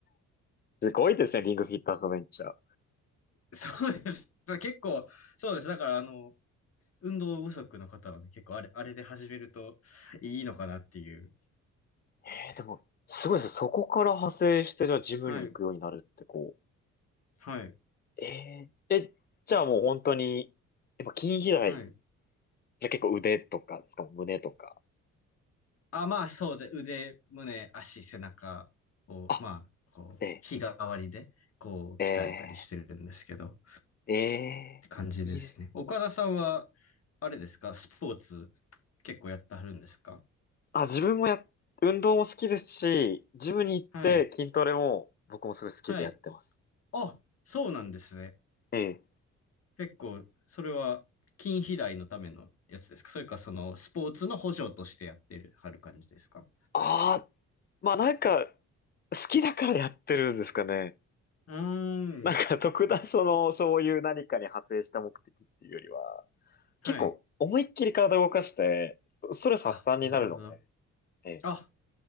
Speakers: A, on the left; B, on the left.
A: すごいですね、リングフィットアドベンチャー。
B: <laughs> そうです。結構、そうです。だから、あの、運動不足の方はね、結構あれ、あれで始めるといいのかなっていう。
A: えー、でも、すごいですね。そこから派生して、じゃあジムに行くようになるってこ
B: はい。はい。
A: う。えー、え、じゃあもう本当に、やっぱ筋肥大、
B: はい。
A: じゃあ結構腕とかですか、胸とか。
B: あ、まあ、そうで、腕、胸、足、背中を、
A: あ、
B: まあ、こう、
A: え
B: 日替わりで、こう、
A: ー、え
B: 鍛えたりしてるんですけど、っ
A: ー、えー、
B: て感じですね。
A: いいです。
B: 岡田さんは、あれですか、スポーツ、結構やってはるんですか
A: あ、自分もや、運動も好きですし、ジムに行って筋トレも僕もすごい好きでやってます。
B: はい。はい。あ、そうなんですね。
A: ええ。
B: 結構、それは筋肥大のためのやつですかそれか、その、スポーツの補助としてやってる、はる感じですか
A: ああ、まあなんか、好きだからやってるんですかね。
B: うー
A: <laughs> なんか特段その、
B: ん。
A: そういう何かに派生した目的っていうよりは、
B: はい。
A: 結構思いっきり体を動かして、ストストレス発散になるので、
B: あ、なるほど。
A: ええ、
B: あ、